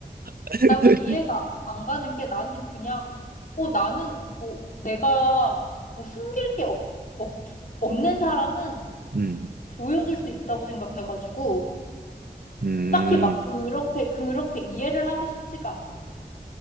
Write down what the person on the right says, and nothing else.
<laughs>
음,
음,